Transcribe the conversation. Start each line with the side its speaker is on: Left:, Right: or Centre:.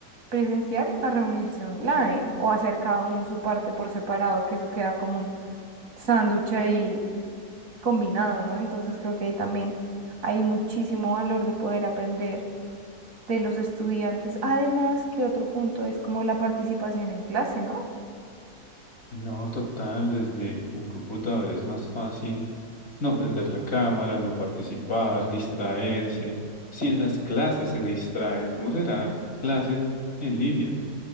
Right: presencial a reunirse online o hacer cada uno su parte por separado, que eso queda común sándwich ahí combinado, ¿no? Entonces creo que ahí también hay muchísimo valor de poder aprender de los estudiantes. Además, que otro punto es como la participación en clase, ¿no?
Left: No, total, desde un computador es más fácil no prender la cámara, no participar, distraerse. Si en las clases se distrae, ¿cómo será clases en línea?